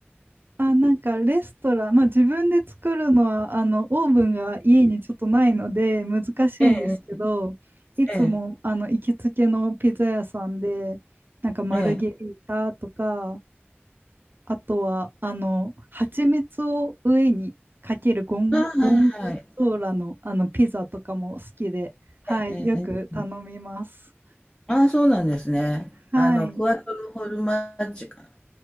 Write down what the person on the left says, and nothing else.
ええ、
ええ、
ええ。
ああ、はいはい。
ええええええ。
ああ、そうなんですね。
あの、クワトロフォルマッジかな。